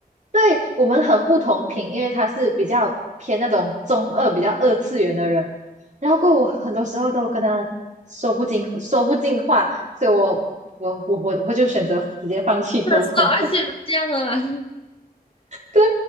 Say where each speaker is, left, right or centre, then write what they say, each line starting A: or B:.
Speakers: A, on the right; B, on the left.
A: 对我们很不同频，因为他是比较偏那种中二、比较二次元的人，然后过后我很多时候都跟他说不进说不进话，所以我我我我我就选择直接放弃沟通。
B: <laughs> 是的，是的，而且是这样的啦。
A: 对，